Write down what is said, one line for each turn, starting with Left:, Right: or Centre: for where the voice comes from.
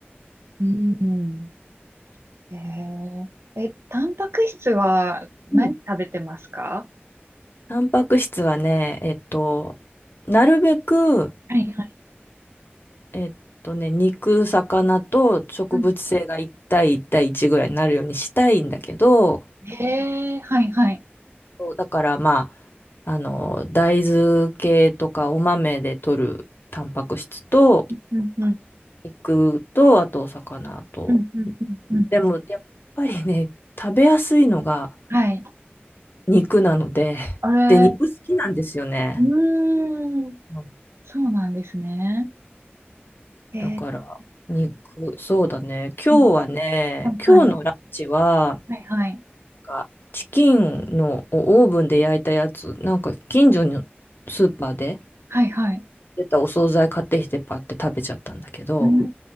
Right: うん。えー、え、タンパク質は何食べてますか
Left: うんタンパク質はね、えっと、なるべく、
Right: はいはい。
Left: えっとね、肉、魚と植物性が1対1対1ぐらいになるようにしたいんだけど、
Right: うん。へえ、はいはい。
Left: そうだからまあ、あの、大豆系とかお豆で摂るタンパク質と、
Right: うんうん。
Left: 肉と、あとお魚と。
Right: うんうんうんうん。
Left: でも、やっぱりね、食べやすいのが
Right: はい。
Left: 肉なので、<laughs>
Right: あれ、
Left: で、肉好きなんですよね。
Right: うーん、
Left: うん
Right: そうなんですね。へえ
Left: だから、肉、そうだね。今日はね、
Right: うんはいはい。
Left: 今日のランチは、
Right: はいはい。
Left: なんかチキンのオーブンで焼いたやつ、なんか近所のスーパーで
Right: はいはい。
Left: 出たお惣菜買ってきてパって食べちゃったんだけど、
Right: うー